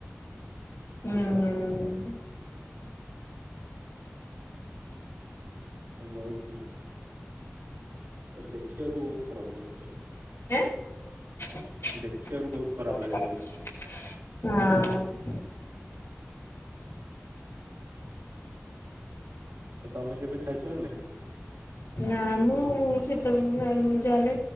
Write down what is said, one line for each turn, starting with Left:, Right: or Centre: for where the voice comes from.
Left: ହୁଁଁ।
Right: ବହୁତ ଇଏ ତାକୁ ଦେଖିବାକୁ ବହୁତ ଖରାପ ଲାଗିଥିଲା।
Left: ଏଁ <inaudible>
Right: ଦେଖିବାକୁ ବହୁତ ଖରାପ ଲାଗେ ସେଗୁଡା।
Left: ହଁ।
Right: ଆଉ ତମେ କେବେ ଖାଇଛ ନା ନାଇଁ?
Left: ନା ମୁଁ ସେତେବେଳେ <inaudible> ଯାହେଲେ